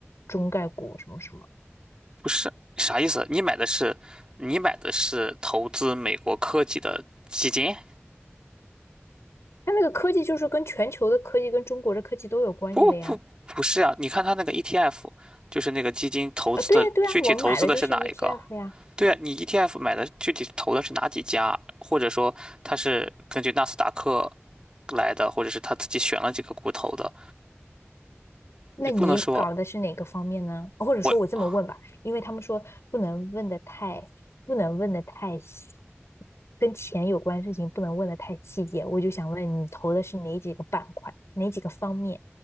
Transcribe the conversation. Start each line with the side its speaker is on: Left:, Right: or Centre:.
Left: 中概股什么什么。
Right: 不是，啥意思？你买的是，你买的是投资美国科技的基金？
Left: 它那个科技就是跟全球的科技跟中国的科技都有关系的呀。
Right: 不不不是啊，你看它那个 ETF，就是那个基金投资的，
Left: 啊，对呀对呀，
Right: 具体投资的是哪一个？
Left: 我们买的就是 ETF 呀。
Right: 对啊，你 ETF 买的具体投的是哪几家？或者说它是根据纳斯达克来的，或者是他自己选了几个股投的？
Left: 那你搞的是哪个方面呢？
Right: 你不能说
Left: 或者说我这么问吧，
Right: 我
Left: 因为他们说不能问的太，不能问的太细，跟钱有关的事情不能问的太细节。我就想问你投的是哪几个板块，哪几个方面？